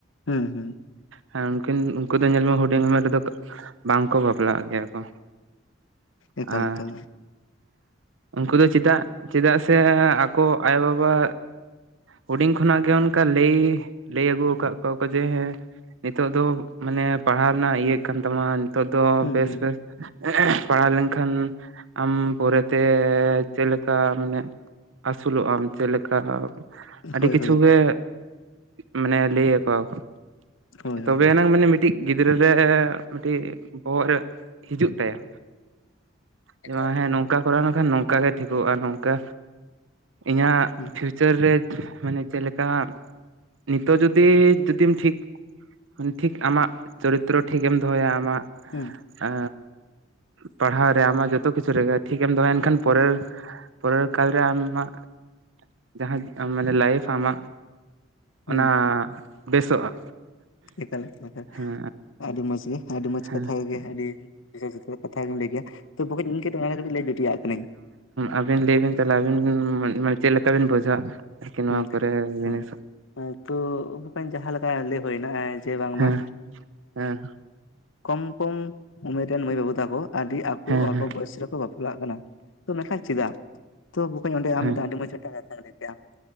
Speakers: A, on the left; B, on the right.
A: ᱦᱩᱸ ᱦᱩᱸ
B: ᱦᱮᱸ ᱩᱱᱠᱤᱱ ᱩᱱᱠᱩ ᱫᱚ ᱧᱮᱞ ᱢᱮ ᱦᱩᱰᱤᱧ ᱩᱢᱮᱨ ᱨᱮᱫᱚ ᱵᱟᱝ ᱠᱚ ᱵᱟᱯᱞᱟᱜ ᱜᱮᱭᱟ ᱠᱚ᱾
A: ᱮᱠᱟᱞ
B: ᱟᱨ,
A: ᱮᱠᱟᱞ
B: ᱩᱱᱠᱩ ᱫᱚ ᱪᱮᱫᱟᱜ, ᱪᱮᱫᱟᱜ ᱥᱮ ᱟᱠᱚ ᱟᱭᱳᱼᱵᱟᱵᱟ ᱦᱩᱰᱤᱧ ᱠᱷᱚᱱᱟᱜ ᱜᱮ ᱚᱱᱠᱟ ᱞᱟᱹᱭ, ᱞᱟᱹᱭ ᱟᱹᱜᱩ ᱟᱠᱟᱜ ᱠᱚᱣᱟ ᱠᱚ ᱡᱮ ᱦᱮᱸ ᱱᱤᱛᱚᱜ ᱫᱚ ᱢᱟᱱᱮ ᱯᱟᱲᱦᱟᱣ ᱨᱮᱱᱟᱜ ᱤᱭᱟᱹ ᱠᱟᱱ ᱛᱟᱢᱟ ᱱᱤᱛᱚᱜ ᱫᱚ
A: ᱦᱩᱸ
B: ᱵᱮᱥ
A: ᱦᱩᱸ
B: ᱵᱮᱥ ᱯᱟᱲᱦᱟᱣ ᱞᱮᱱᱠᱷᱟᱱ ᱟᱢ ᱯᱚᱨᱮᱛᱮ ᱪᱮᱫ ᱞᱮᱠᱟ ᱢᱟᱱᱮ, ᱟᱹᱥᱩᱞᱚᱜ ᱟᱢ ᱪᱮᱫ ᱞᱮᱠᱟ? ᱟᱹᱰᱤ
A: ᱦᱳᱭ
B: ᱠᱤᱪᱷᱩ
A: ᱦᱳᱭ
B: ᱜᱮ ᱢᱟᱱᱮ ᱞᱟᱹᱭ ᱟᱠᱚ ᱣᱟᱠᱚ
A: ᱦᱳᱭ
B: ᱛᱚᱵᱮᱭᱱᱟᱝ
A: ᱦᱳᱭ
B: ᱢᱟᱱᱮ ᱢᱤᱫᱴᱤᱡ ᱜᱤᱫᱽᱨᱟᱹ ᱨᱮ ᱢᱤᱫᱴᱤᱡ ᱵᱚᱦᱚᱜ ᱨᱮ ᱦᱤᱡᱩᱜ ᱛᱟᱭᱟ᱾ ᱡᱮ
A: ᱮᱠᱟᱞ
B: ᱵᱟᱝ ᱦᱮᱸ ᱱᱚᱝᱠᱟ ᱠᱚᱨᱟᱣ ᱞᱮᱱᱠᱷᱟᱱ ᱱᱚᱝᱠᱟ ᱜᱮ ᱴᱷᱤᱠᱚᱜᱼᱟ ᱱᱚᱝᱠᱟ ᱤᱧᱟᱹᱜ
A: ᱦᱩᱸ
B: ᱯᱷᱤᱭᱩᱪᱟᱨ ᱨᱮ ᱢᱟᱱᱮ ᱪᱮᱫ ᱞᱮᱠᱟ ᱱᱤᱛᱚᱜ ᱡᱩᱫᱤ, ᱡᱩᱫᱤᱢ ᱴᱷᱤᱠ ᱴᱷᱤᱠ ᱟᱢᱟᱜ ᱪᱚᱨᱤᱛᱨᱚ ᱴᱷᱤᱠᱮᱢ ᱫᱚᱦᱚᱭᱟ ᱟᱢᱟᱜ
A: ᱦᱩᱸ᱾
B: ᱮ ᱯᱟᱲᱦᱟᱣ ᱨᱮ ᱟᱢᱟᱜ ᱡᱚᱛᱚ ᱠᱤᱪᱷᱩ ᱨᱮᱜᱮ ᱴᱷᱤᱠᱮᱢ ᱫᱚᱦᱚᱭ ᱮᱱ ᱠᱷᱟᱱ ᱯᱚᱨᱮᱨ ᱯᱚᱨᱮᱨ ᱠᱟᱞᱨᱮ ᱟᱢᱟᱜ ᱡᱟᱦᱟᱸ ᱢᱟᱱᱮ ᱞᱟᱭᱤᱯᱷ ᱟᱢᱟᱜ
A: ᱦᱩᱸ
B: ᱚᱱᱟ ᱵᱮᱥᱚᱜᱼᱟ᱾
A: ᱮᱠᱟᱞ ᱮᱠᱟᱞ
B: ᱦᱮᱸ
A: ᱟᱹᱰᱤ ᱢᱚᱡᱽ ᱜᱮ ᱟᱹᱰᱤ ᱢᱚᱡᱽ
B: ᱦᱮᱸ
A: ᱠᱟᱛᱷᱟ ᱠᱚᱜᱮ ᱟᱹᱰᱤ ᱡᱚᱛᱷᱟᱛ ᱠᱟᱛᱷᱟ ᱜᱮᱢ ᱞᱟᱹᱭ ᱠᱮᱜᱼᱟ᱾ ᱛᱚ ᱵᱚᱠᱚᱧ ᱤᱧ ᱠᱟᱹᱴᱤᱡ ᱚᱱᱟ ᱨᱮ ᱠᱟᱹᱴᱤᱡ ᱞᱟᱹᱭ ᱡᱩᱴᱤᱡᱟᱜ ᱠᱟᱹᱱᱟᱹᱧ
B: ᱟᱹᱵᱤᱱ ᱞᱟᱹᱭ ᱵᱤᱱ ᱛᱟᱦᱞᱮ ᱟᱹᱵᱤᱱ ᱢᱟᱱᱮ ᱪᱮᱫ ᱞᱮᱠᱟ ᱵᱤᱱ ᱵᱩᱡᱷᱟᱹᱣᱟ ᱟᱨᱠᱤ ᱱᱚᱣᱟ
A: ᱦᱩᱸ
B: ᱠᱚᱨᱮ ᱡᱤᱱᱤᱥ
A: ᱦᱮᱸ ᱛᱚ ᱵᱚᱸᱠᱚᱧ ᱡᱟᱦᱟᱸ ᱞᱮᱠᱟ ᱞᱟᱹᱭ ᱦᱳᱮᱱᱟ ᱡᱮ ᱵᱟᱝᱢᱟ
B: ᱦᱮᱸ ᱦᱮᱸ
A: ᱠᱚᱢ ᱠᱚᱢ ᱩᱢᱮᱨ ᱨᱮᱱ ᱢᱟᱹᱭ ᱵᱟᱹᱵᱩ ᱛᱟᱠᱚ ᱟᱹᱰᱤ ᱟᱠᱚ
B: ᱦᱮᱸ
A: ᱚᱞᱯᱚ
B: ᱦᱮᱸ
A: ᱵᱚᱭᱚᱥ ᱨᱮᱠᱚ ᱵᱟᱯᱞᱟᱜ ᱠᱟᱱᱟ ᱛᱚ ᱢᱮᱱᱠᱷᱟᱱ ᱪᱮᱫᱟᱜ ᱛᱚ ᱵᱚᱠᱚᱧ ᱚᱸᱰᱮ ᱟᱢ
B: ᱦᱮᱸ
A: ᱟᱹᱰᱤ ᱢᱚᱸᱡᱽ ᱢᱤᱫᱴᱟᱝ ᱠᱟᱛᱷᱟᱢ ᱞᱟᱹᱭ ᱠᱮᱜᱟ <unintelligible>